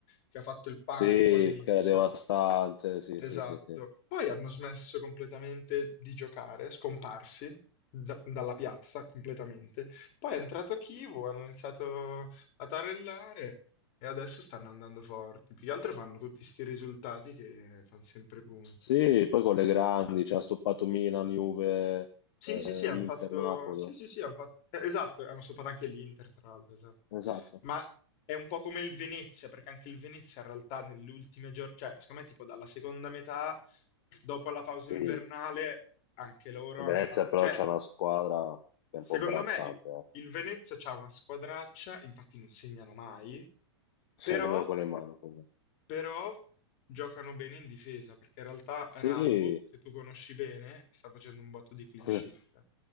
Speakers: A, on the left; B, on the left.
A: che ha fatto il panico
B: Sì,
A: all'inizio.
B: che era devastante, sì,
A: Esatto.
B: sì, sì, sì.
A: Poi hanno smesso completamente di giocare, scomparsi da- dalla piazza completamente. Poi è entrato Kivu, hanno iniziato a tarellare e adesso stanno andando forti. Più che altro fanno tutti sti risultati che fanno sempre punti.
B: Sì, poi con le grandi, cioè ha stoppato Milan, Juve,
A: Sì,
B: eh,
A: sì, sì, hanno fatto.
B: Inter, Napoli.
A: Sì, sì, sì, hanno fatto. eh, Esatto, hanno sopra anche l'Inter, tra l'altro, esatto.
B: Esatto.
A: Ma è un po' come il Venezia, perché anche il Venezia in realtà nelle ultime giornate, cioè, secondo me, tipo dalla seconda metà, dopo la pausa
B: Sì,
A: invernale, anche loro
B: Venezia
A: hanno fatto.
B: però
A: Cioè,
B: c'è una squadra che è un
A: secondo
B: po' imbarazzante,
A: me il,
B: eh.
A: il Venezia c'ha una squadraccia, infatti non segnano mai,
B: Cioè,
A: però.
B: nemmeno con le mani. comunque.
A: Però giocano bene in difesa, perché in realtà
B: Sì.
A: Radu, che tu conosci bene, sta facendo un botto di clean
B: <laughs>
A: sheet.